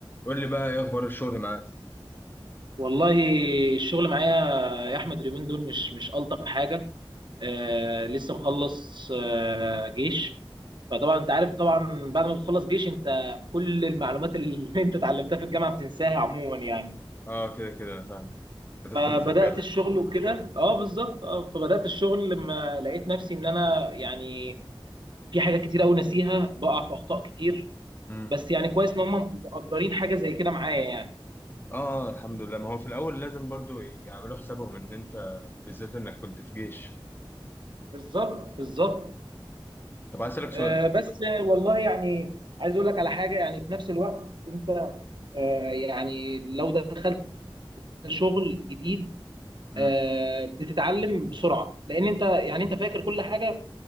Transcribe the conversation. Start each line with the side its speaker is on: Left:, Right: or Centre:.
Left: قول لي بقى ايه اخبار الشغل معاك
Right: والله الشغل معايا يا احمد اليومين دول مش مش الطف حاجه آه لسه مخلص آه جيش فطبعا انت عارف طبعا بعد ما بتخلص جيش انت كل المعلومات اللي <laughs> انت اتعلمتها في الجامعه بتنساها عموما يعني
Left: اه كده كده انا فاهم بتفقد
Right: فبدات
Left: الذاكره
Right: الشغل وكده اه بالظبط اه فبدات الشغل لما لقيت نفسي ان انا يعني في حاجات كتير قوي ناسيها بقع في اخطاء كتير
Left: امم
Right: بس يعني كويس ان هم مقدرين حاجه زي كده معايا يعني
Left: اه الحمد لله ما هو في الاول لازم برضو يعملوا حسابهم ان انت بالذات انك كنت في جيش
Right: بالظبط بالظبط
Left: طب عايز اسالك سؤال
Right: آه، بس والله يعني عايز اقول لك على حاجه يعني في نفس الوقت انت آه، يعني لو دخلت شغل جديد
Left: امم
Right: آه، بتتعلم بسرعه لان انت يعني انت فاكر كل حاجه